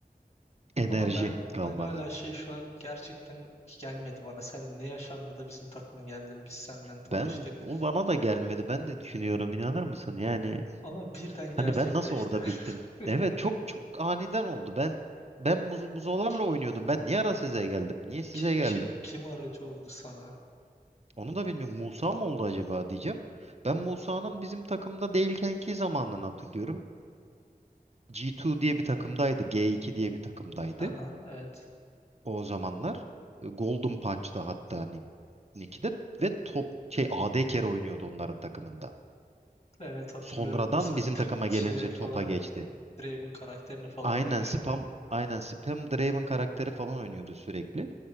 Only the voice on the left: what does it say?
Ama ben
ben hala şey şu an gerçekten gelmedi bana. Sen ne yaşandı da bizim takıma geldin biz seninle tanıştık.
Ama birden gerçekleşti.
<laughs>
Yani
Kim
kim kim aracı oldu sana?
Aha, evet.
Evet hatırlıyorum
Musa Dr-
şey
falan
evet, Draven karakterini falan
oynuyordu.